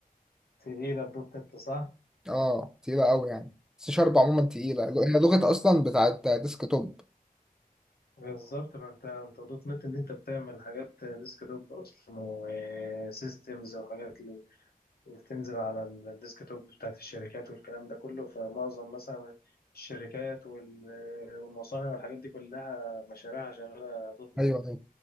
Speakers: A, on the left (about 85°); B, in the centre.
A: في ايه الدوت نت صح
B: اه تقيله قوي يعني سي شارب عموما تقيله هي لغه اصلا بتاعت ديسك توب
A: بالظبط ما انت انت دوت نت اللي انت بتعمل حاجات ديسك توب اصلا وسيستمز وحاجات وبتنزل على ال- الديسكتوب بتاعت الشركات والكلام ده كله فمعظم مثلا الشركات وال- والمصانع والحاجات دي كلها مشاريعها شغالة دوت
B: ايوه
A: نت
B: ايوه